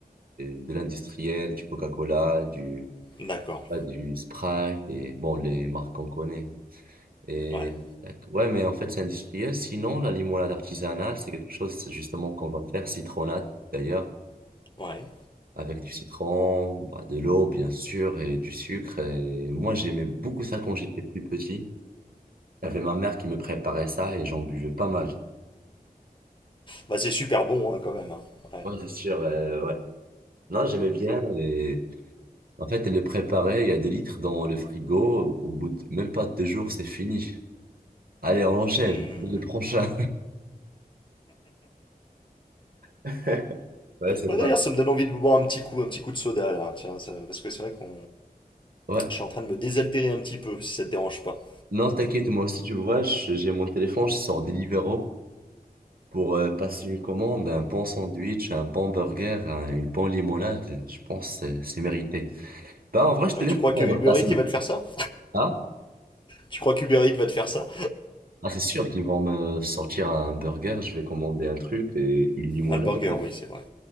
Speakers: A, on the right; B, on the left.
A: de l'industriel, du Coca-Cola, du,
B: D'accord.
A: pas du Sprite et bon, les marques qu'on connaît. Et
B: Ouais.
A: tac. ouais, mais en fait, c'est industriel. Sinon, la limonade artisanale, c'est quelque chose c'est justement qu'on va faire citronnade d'ailleurs,
B: Ouais.
A: avec du citron, bah, de l'eau bien sûr et du sucre. Et moi, j'aimais beaucoup ça quand j'étais plus petit. Il y avait ma mère qui me préparait ça et j'en buvais pas mal.
B: Bah c'est super bon hein, quand même. hein. Ouais.
A: Non, c'est sûr, euh, ouais. Non, j'aimais bien. Et en fait, elle le préparait. Il y a des litres dans le frigo. Au bout de même pas deux jours, c'est fini. Allez, on enchaîne.
B: Hmm.
A: Le prochain. <laughs> Ouais, c'est
B: Ouais,
A: pas.
B: d'ailleurs, ça me donne envie de boire un petit coup, un petit coup de soda là. Tiens, ça- parce que c'est vrai qu'on,
A: Ouais.
B: je suis en train de me désaltérer un petit peu, si ça te dérange pas.
A: Non, t'inquiète, moi aussi, tu vois, je- j'ai mon téléphone, je sors Deliveroo pour euh, passer une commande, un bon sandwich, un bon burger, un- une bonne limonade. Je pense que c'est c'est mérité. Bah, en vrai, je
B: Ouais,
A: te laisse
B: tu crois
A: prendre
B: que Uber
A: ta semaine.
B: Eats il va te faire ça?
A: Ah,
B: Tu crois qu'Uber Eats va te faire ça?
A: ah c'est sûr qu'ils vont me sortir un burger, je vais commander un truc et une limonade.
B: Ah, le burger, oui, c'est vrai.